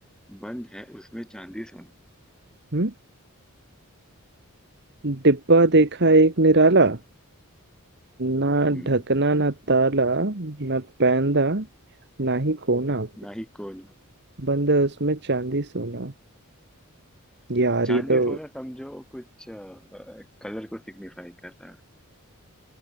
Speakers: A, in the centre; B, on the right.
A: बंद है उसमें चांदी सोना
B: हम्म डिब्बा देखा एक निराला ना
A: हम्म
B: ढकना ना ताला ना पैंदा ना ही कोना
A: ना ही कोना
B: बंद है उसमें चांदी सोना यार
A: चांदी
B: ये तो
A: सोना समझो कुछ कलर को सिग्निफाई कर रहा है